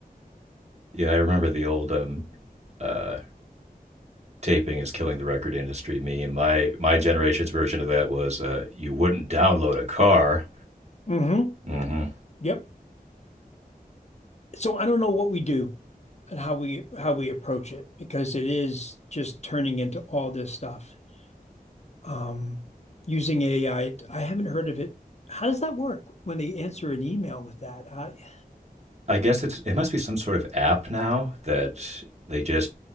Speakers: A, on the right; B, on the left.
A: Yeah, I remember the old um, uh, "taping is killing the record industry" meme. My my generation's version of that was, uh, "You wouldn't download a car."
B: mm-hmm,
A: Mm-hmm.
B: yep. So I don't know what we do and how we how we approach it because it is just turning into all this stuff. Um, using AI, I I haven't heard of it. How does that work when they answer an email with that? I,
A: I guess it's it must be some sort of app now that they just